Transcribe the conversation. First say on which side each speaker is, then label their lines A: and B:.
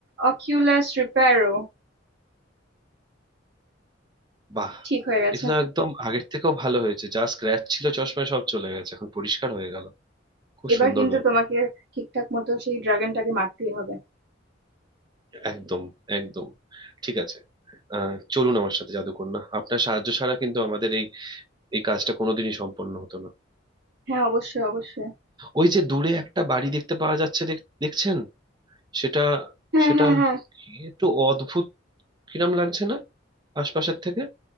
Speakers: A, on the right; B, on the right.
A: অকিউলাস রিপেয়ারও
B: বাহ
A: ঠিক হয়ে গেছে
B: এটা তো একদম আগের থেকেও ভালো হয়েছে যা স্ক্র্যাচ ছিল চশমায় সব চলে গেছে এখন পরিষ্কার হয়ে গেল খুব
A: এবার
B: সুন্দর
A: কিন্তু
B: ব্যাপার
A: তোমাকে ঠিকঠাক মতো সেই ড্রাগনটাকে মারতেই হবে
B: একদম একদম ঠিক আছে আহ, চলুন আমার সাথে জাদুকন্যা আপনার সাহায্য ছাড়া কিন্তু আমাদের এই এই কাজটা কোনোদিনই সম্পন্ন হতো না
A: হ্যাঁ অবশ্যই অবশ্যই
B: ওই যে দূরে একটা বাড়ি দেখতে পাওয়া যাচ্ছে দেখ- দেখছেন সেটা
A: হ্যাঁ
B: সেটা
A: হ্যাঁ হ্যাঁ
B: কি একটু অদ্ভুত কিরম লাগছে না আশপাশের থেকে